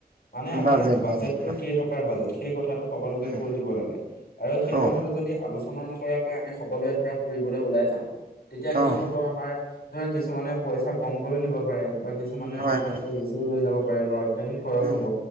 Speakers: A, on the left; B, on the right.
A: মানে আমাৰ
B: বাজেট
A: বাজেটটো
B: বাজেট হয়
A: কেইটকা কেই টকাৰ বাজেট সেই কথাটো সকলোকে
B: উম
A: কৈ দিব লাগে, আৰু সেই কথাটো
B: অঁ
A: যদি আলোচ আলোচনা নকৰাকৈ আমি সকলোৱে ধৰা ফুৰিবলৈ ওলাই যাওঁ তেতিয়া কি
B: অঁ
A: হব আমাৰ ধৰা কিছুমানে পইচা কমকও নিব পাৰে বা কিছুমানে
B: হয়
A: জোখতকৈ
B: হয়
A: বেছিও লৈ যাব পাৰে বা- অত্যাধিক খৰচ
B: উম
A: হ'ব